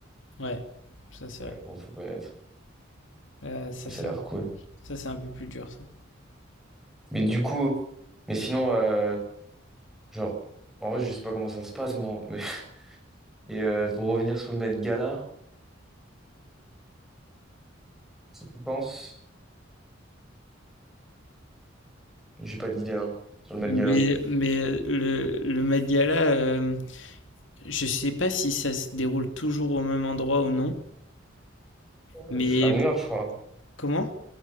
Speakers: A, on the left; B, in the centre.
A: Ouais, ça c'est vrai.
B: Ouais, bon, faut connaître.
A: Euh, ça,
B: Ouais, Ça
A: c'est
B: a l'air
A: un...
B: cool.
A: ça, c'est un peu plus dur, ça.
B: Mais du coup. Mais sinon. euh, Genre, en vrai, je sais pas comment ça se passe, moi. Mais... <laughs> Et euh, pour revenir sur le Met Gala, je pense, j'ai pas d'idée, hein, sur le Met
A: Mais,
B: Gala.
A: mais le, le Met Gala, euh, je sais pas si ça se déroule toujours au même endroit ou non,
B: Euh,
A: mais
B: je- À New York, je crois. Je
A: comment?